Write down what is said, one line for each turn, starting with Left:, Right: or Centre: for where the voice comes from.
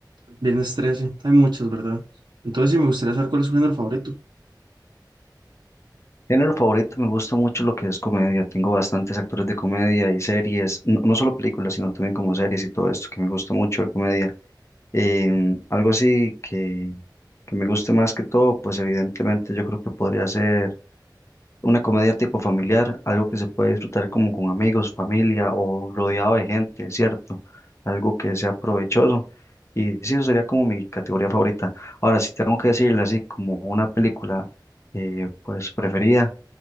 Right: Viernes trece hay muchas, ¿verdad? Entonces sí me gustaría saber cuál es su género favorito.
Left: Género favorito, me gusta mucho lo que es comedia. Tengo bastantes actores de comedia y series, no, no solo películas, sino también como series y todo esto, que me gusta mucho de comedia. Em, algo así que, que me guste más que todo, pues evidentemente yo creo que podría ser Una comedia tipo familiar, algo que se puede disfrutar como con amigos, familia o rodeado de gente, ¿cierto? Algo que sea provechoso. Y sí, eso sería como mi categoría favorita. Ahora, si tengo que decirle así como una película eh, pues preferida,